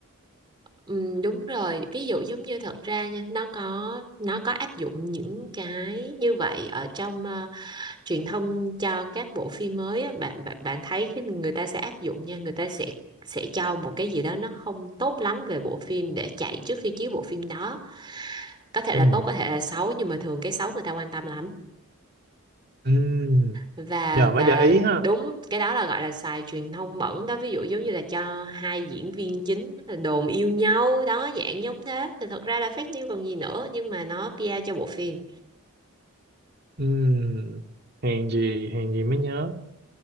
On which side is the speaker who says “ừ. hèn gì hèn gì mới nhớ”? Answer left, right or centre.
Right